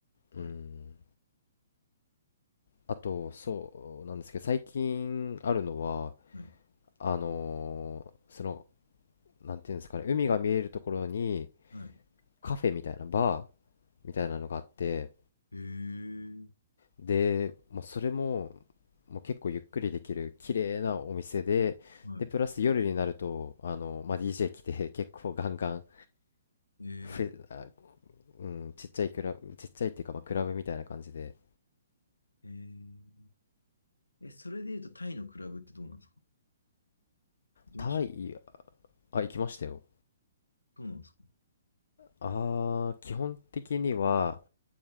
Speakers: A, on the left; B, on the left.
A: うん。
B: やっぱり。
A: あと、そうなんですけど、最近あるのは、
B: はい。
A: あのーその、なんていうんですかね、海が見えるところに
B: はい。
A: カフェみたいな、バーみたいなのがあって、
B: えー、
A: でもうそれももう結構ゆっくりできる綺麗なお店で、
B: はい。
A: でプラス夜になるとあの、まあ、DJ 来て <laughs> 結構ガンガン
B: えー、
A: フェあ、うん、ちっちゃいクラブちっちゃいっていうか、まあ、クラブみたいな感じで
B: えー、え、それで言うとタイのクラブってどうなんですか行きました
A: タイあ行きましたよ
B: どうなんですか
A: あー基本的には